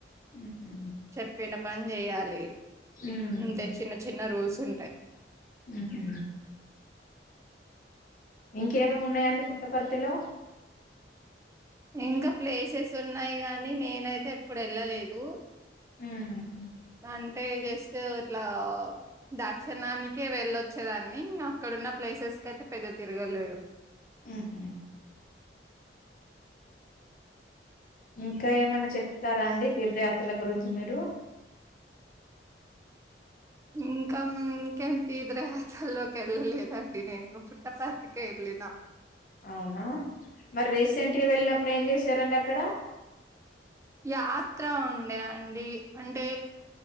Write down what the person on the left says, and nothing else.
ఉహు
ఉమ్
ఉహు ఇంకేమన్న ఉన్నాయాండి పుట్టపర్తి లో
ఉమ్
ఉహు ఇంకా ఏమైన చెప్తారాండి తీర్థయాత్రల గురించి మీరు
అవునా మరి రీసెంట్ గ వెళ్ళినప్పుడు ఏం చేసారండి అక్కడ